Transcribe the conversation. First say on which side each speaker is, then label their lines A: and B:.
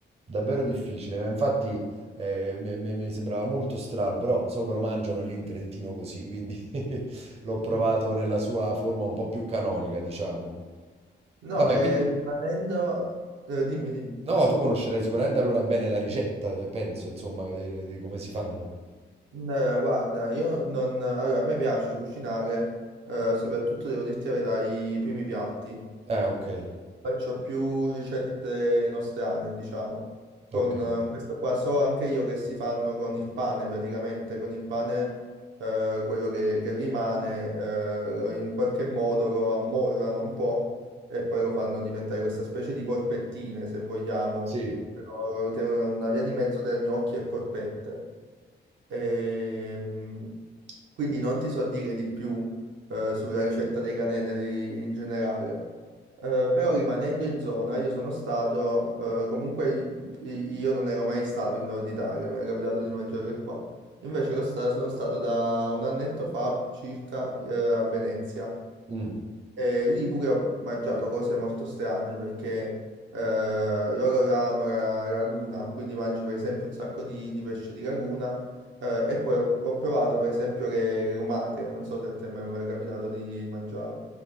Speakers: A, on the right; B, on the right.
A: Davvero difficile, ma infatti eh, me- me- mi sembrava molto strano, però so che lo mangiano lì in Trentino così, quindi <laughs> l'ho provato nella sua forma un po' più canonica, diciamo.
B: No,
A: Vabbè,
B: e
A: quindi...
B: rimanendo... eh, dimmi, dimmi.
A: No, tu conoscerai sicuramente allora bene la ricetta, eh, penso, insomma, de- di come si fanno.
B: No, guarda, io non... Allora, a me piace cucinare, eh, soprattutto devo dirti la verità, i primi piatti.
A: Eh, ok,
B: Faccio più ricette nostrane, diciamo. Con
A: ok.
B: eh, questo qua so anche io che si fanno con il pane, praticamente con il pane eh, quello che, che rimane eh, lo- in qualche modo lo ammollano un po' e poi lo fanno diventare questa specie di porpettine, se vogliamo,
A: Sì.
B: però te- una via di mezzo tra gnocchi e porpette. Ehm, quindi non ti so dire di più eh, sulla ricetta dei canestri in generale. Eh, però rimanendo in zona, io sono stato, eh, comunque i- io non ero mai stato in Nord Italia, mi era capitato di mangiare qua. Invece ero stato- sono stato da un annetto fa circa eh, a Venezia.
A: Mm.
B: E lì pure ho mangiato cose molto strane perché eh, loro là hanno la laguna, quindi mangi per esempio un sacco di, di pesce di laguna eh, e poi ho, ho provato per esempio le, le lumache, non so se a te mai è mai capitato di mangiare.